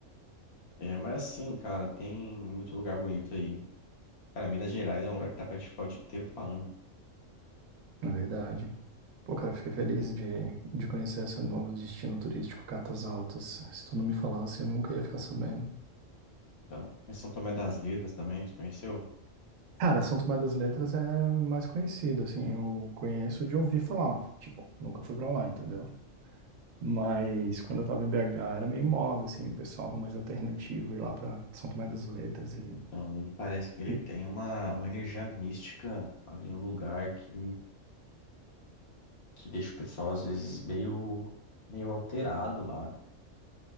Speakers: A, on the left; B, on the right.
A: É, mas assim, cara, tem muito lugar bonito aí. Cara, Minas Gerais é um lugar que dá pra gente ficar o dia inteiro falando.
B: É verdade. Pô, cara, fiquei feliz de, de conhecer esse novo destino turístico, Catas Altas. Se tu não me falasse, eu nunca ia ficar sabendo.
A: Então, tem São Tomé das Letras também, você conheceu?
B: Cara, São Tomé das Letras é mais conhecido, assim, eu conheço de ouvir falar, tipo, nunca fui pra lá, entendeu? Mas quando eu tava em BH era meio moda, assim, o pessoal mais alternativo ir lá pra São Tomé das Letras e...
A: Então, ele parece que ele
B: e-
A: tem uma, uma energia mística ali no lugar que, que deixa o pessoal, às vezes, meio, meio alterado lá.